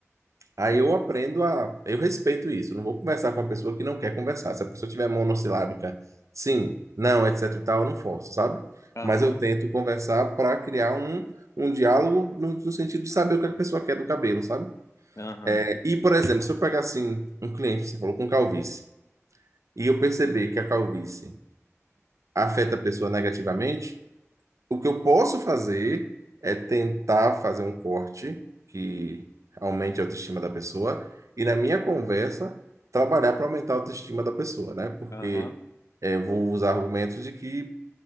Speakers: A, on the right (about 80°); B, on the left (about 75°).
A: Aí
B: Uhum.
A: eu aprendo a. Eu respeito isso. Não vou conversar com a pessoa que não quer conversar. Se a pessoa tiver monossilábica, sim, não, etc e tal, eu não forço, sabe?
B: Aham,
A: Mas eu tento conversar para criar um, um diálogo no, no sentido de saber o que a pessoa quer do cabelo, sabe?
B: aham,
A: É, e, por exemplo, se eu pegar assim um cliente, você falou com calvície, e eu perceber que a calvície afeta a pessoa negativamente, o que eu posso fazer é tentar fazer um corte que aumente a autoestima da pessoa e na minha conversa trabalhar para aumentar a autoestima da pessoa, né? Porque
B: aham.
A: eh, eu vou usar argumentos de que